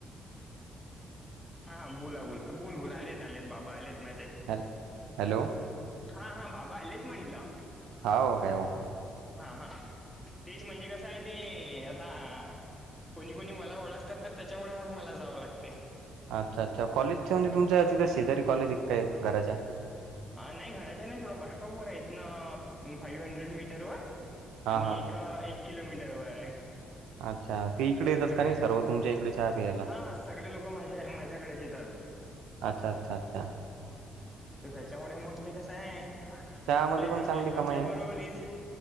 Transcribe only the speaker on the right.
हॅल हॅलो
हा हो काय मक
अच्छा अच्छा कॉलेजच्या म्हणजे
तुमच्या तिथे शेजारी कॉलेज काय घराच्या
हां
हां
हां
अच्छा ते इकडे येतात
का नाही सर्व तुमच्या इकडे चहा प्यायला
अच्छा अच्छा अच्छा
चहामध्ये
पण
चांगली कमाई
आहे
ना